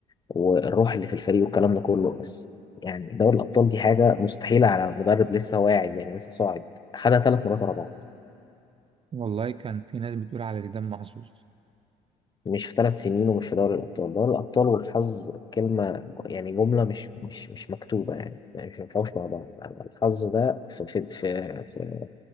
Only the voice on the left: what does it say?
والروح اللي في الفريق والكلام ده كله بس يعني دوري الأبطال دي حاجة مستحيلة على مدرب لسه واعد يعني لسه صاعد خدها ثلاث مرات ورا بعض
مش في ثلاث سنين ومش في دوري الأبطال دوري الأبطال والحظ كلمة يعني جملة مش مش مش مكتوبة يعني يعني مش ينفعوش مع بعض الحظ ده في في في في-